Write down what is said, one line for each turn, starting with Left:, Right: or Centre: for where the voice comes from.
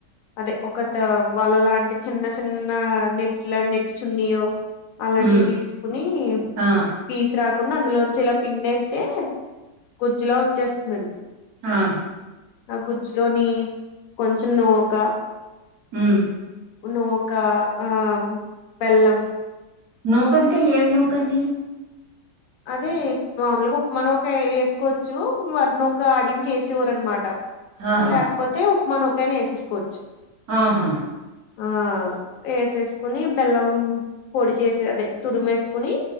Left: అదే ఒకతో వల లాంటి చిన్న చిన్న నెట్ ఇట్లా నెట్ చున్నీయో అలాంటివి
Right: హ్మ్.
Left: తీసుకుని
Right: ఆ!
Left: పీసు రాకుండా అందులోంచి ఇలా పిండేస్తే గుజ్జులా వచ్చేస్తుందండి
Right: ఆ
Left: ఆ గుజ్జ్ లోని కొంచెం నువ్వొక
Right: హ్మ్.
Left: నూకా ఆ బెల్లం
Right: నూకంటే ఏం నూకండి
Left: అదే మామూలుగా ఉప్మ నూక వేసుకోవచ్చు వరి నూక ఆడించి వేసేవారు అనమాట
Right: ఆహా!
Left: అది లేకపోతే ఉప్మానూకైనా వేసేసుకోవచ్చు
Right: ఆహా
Left: ఆ వేసేసుకుని బెల్లం పొడిచేసి అదే తురుము వేసుకుని